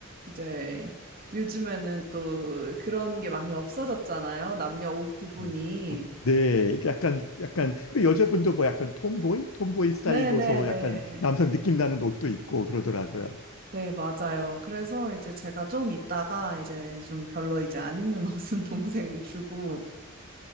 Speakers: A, on the right; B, on the left.
A: 이제 요즘에는 또 그런 게 많이 없어졌잖아요. 남녀 옷 구분이.
B: 음. 어, 네, 이게 약간, 약간, 그리고 여자분도 뭐 약간 톰보이? 톰보이 스타일로서
A: 네네네.
B: 약간 남성 느낌 나는 옷도 있고 그러더라고요.
A: 네, 맞아요. 그래서 이제 제가 좀 입다가 이제 좀 별로 이제 안 입는 옷은 <laughs> 동생 주고,